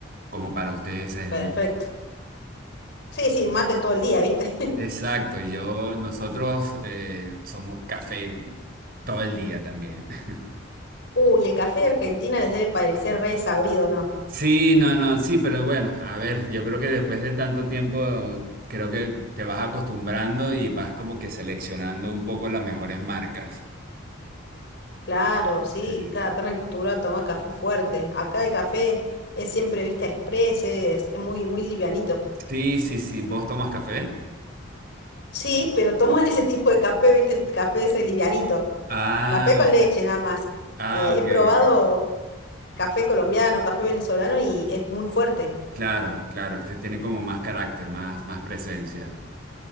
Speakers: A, on the right; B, on the left.
A: como para ustedes es
B: perfecto.
A: el
B: Sí, sí, mate todo el día, ¿viste? <laughs>
A: Exacto, yo, nosotros eh, somos café todo el día también. <laughs>
B: Uy, el café de Argentina les debe parecer re sabrido, ¿no?
A: Sí, no, no, sí, pero bueno, a ver, yo creo que después de tanto tiempo, creo que te vas acostumbrando y vas como que seleccionando un poco las mejores marcas.
B: Claro, sí,
A: Sí,
B: cada
A: sí.
B: tan acostumbrado a tomar café fuerte. Acá el café es siempre, viste, express, es, es muy, muy livianito.
A: Sí, sí, sí, ¿vos tomas café?
B: Sí, pero tomo <laughs> ese tipo de café, viste, el café ese livianito.
A: Ah,
B: Café con leche, nada más.
A: ah,
B: Eh,
A: ok,
B: he probado
A: ok.
B: café colombiano, café venezolano y es muy fuerte.
A: Claro, claro, que tiene como más carácter, más, más presencia.